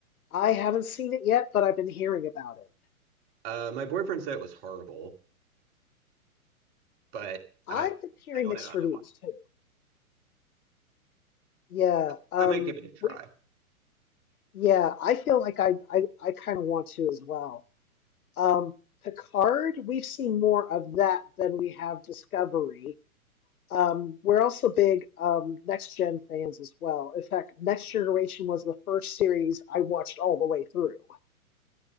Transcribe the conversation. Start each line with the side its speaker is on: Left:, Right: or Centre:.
Left: I haven't seen it yet, but I've been hearing about it.
Right: Uh, my boyfriend said it was horrible, but
Left: I've
Right: I,
Left: been hearing
Right: I don't
Left: mixed
Right: know. I haven't
Left: reviews
Right: watched
Left: too. Yeah,
Right: it.
Left: um,
Right: I might give it a try.
Left: we, yeah, I feel like I I, I kind of want to as well. Um, Picard, we've seen more of that than we have Discovery. Um, we're also big um, Next Gen fans as well. In fact, Next Generation was the first series I watched all the way through.